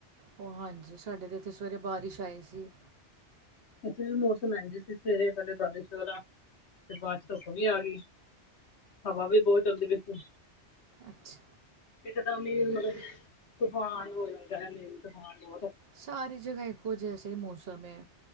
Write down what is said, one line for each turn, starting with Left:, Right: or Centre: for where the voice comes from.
Right: ਓ ਹਾਂਜੀ ਸਾਡੇ ਤੇ ਏਥੇ ਸਵੇਰੇ ਬਾਰਿਸ਼ ਆਈ ਸੀ।
Left: ਏਥੇ ਵੀ ਮੌਸਮ ਐਂਜ ਸੀ ਸਵੇਰੇ ਪੈਲੇ ਬਾਰਿਸ਼ ਵਾਲਾ, ਤੇ ਬਾਦ 'ਚ' ਧੁੱਪ ਵੀ ਆ ਗਈ। ਹਵਾ ਵੀ ਬੋਤ ਚੱਲਦੀ ਪਈ ਸੀ।
Right: ਅੱਛਾ।
Left: ਇੱਕ ਦਮ ਈ ਮਤਲਬ ਤੂਫਾਨ ਹੋ ਜਾਂਦਾ ਐ, ਨੇਰੀ ਤੂਫਾਨ ਬੋਤ
Right: ਸਾਰੀ ਜਗ੍ਹਾ ਇਕੋ ਜੈਸਾ ਈ ਮੋਸਮ ਏ।